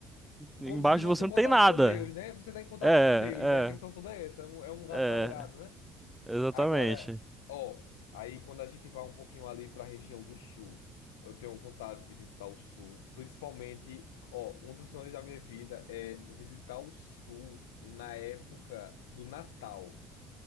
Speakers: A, on the left; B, in the centre.
A: Como
B: Embaixo
A: se fosse
B: de você
A: um
B: não
A: contato
B: tem nada.
A: com Deus, né? Você está em contato
B: É,
A: com Deus, né? A questão toda é essa. É um, é um lugar
B: é,
A: sagrado, né?
B: é. Exatamente.
A: Agora, ó, aí quando a gente vai um pouquinho ali para a região do sul, eu tenho vontade de visitar o sul. Principalmente, ó, um dos sonhos da minha vida é visitar o sul na época do Natal.